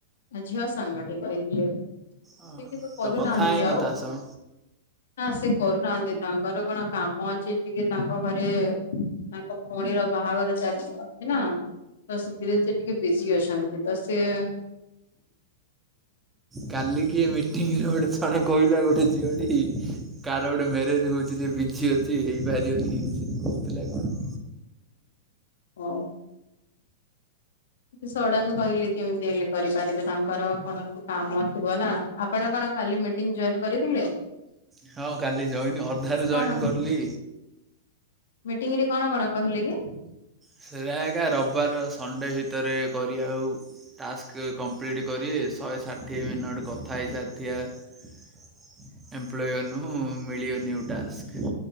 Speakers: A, on the left (about 70°); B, on the right (about 15°).
A: ଆ ଝିଅ ସାଙ୍ଗଟେ କହିଥିଲେ। ସେ
B: ଓହୋ
A: କିନ୍ତୁ
B: ତ
A: କରୁନାହାନ୍ତି
B: କଥା ହେଇନ
A: ଆଉ
B: ତା ସହ
A: ନା ସେ କରୁନାହାନ୍ତି। ତାଙ୍କର କଣ କାମ ଅଛି ଟିକେ ତାଙ୍କ ଘରେ ତାଙ୍କ ଭଉଣୀର ବାହାଘର ଚାଲ ଅଛି ନା ତ ସେଥିରେ ସେ ଟିକେ ବିି ଜି ଅଛନ୍ତି ତ ସିଏ
B: କାଲି କିଏ ମିଟିଂରେ ଗୋଟେ ଜଣେ କହିଲା, ଗୋଟେ ଝିଅଟି କାହାର ଗୋଟେ ମ୍ୟାରେଜ ହଉ ଯେ ବି ଜି ଅଛି ହେଇପାରିବନି ଏନ୍ତି କହୁଥିଲେ କଣ?
A: ହଁ। ସଡନ କହିଲି କେମିତି ହେଲେ କରି ପାରିବେ, ତାଙ୍କର କୌଣସି କାମ ଥିବ ନା ଆପଣ କଣ? ଆପଣ କାଲି ମିଟିଂ ଜଏନ କରିଥିଲେ?
B: ହଁ କାଲି ଜଏନ୍ ଅଧାରୁ ଜଏନ୍
A: କଣ
B: କରଲି।
A: ମିଟିଂ ରେ କଣ କଣ କହିଲେ କି?
B: ସେଇଟା ଏକା ରବିବାର ସଣ୍ଡେ ଭିତରେ କରି ଆଉ ଟାସ୍କ କମ୍ପ୍ଲିଟ୍ କରିବେ। ଶହେ ଷାଠିଏ ମିନିଟ୍ କଥା ହେଇ ହେଇସାରିଥିବା ଏମ୍ପଲୋଇ ମାନଙ୍କୁ ମିଳିବନି ଆଉ ଟାସ୍କ